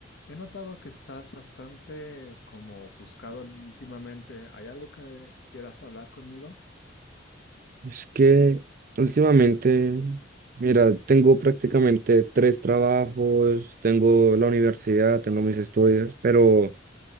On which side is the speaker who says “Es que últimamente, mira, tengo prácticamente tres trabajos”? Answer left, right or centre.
Right